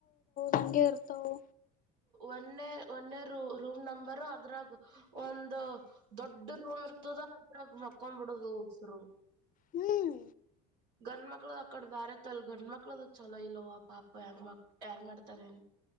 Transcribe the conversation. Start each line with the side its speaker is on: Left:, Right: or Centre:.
Left: ಹಂಗೆ ಇರ್ತಾವ
Right: ಒಂದೆ ಒನ್ನೇ ರೂ ರೂಮ್ ನಂಬರ್ ಅದ್ರಾಗ ಒಂದು ದೊಡ್ಡ ರೂಮ್ ಇರ್ತದ ಅದ್ರಾಗ ಮಕ್ಕೊಂಡ್ ಬಿಡದು ಹೋಗಸರು
Left: ಹ್ಮ್
Right: ಗಂಡ ಮಕ್ಳು ಅಕಡೆ ಬ್ಯಾರೆತ ಇಲ್ ಗಂಡ ಮಕ್ಳ್ದ ಚಲೋ ಇಲ್ಲೋವ ಅ ಪಾ ಪಾ ಹೆಂಗ ಮಕ್ ಹೆಂಗ್ ಮಾಡ್ತಾರ ಏನು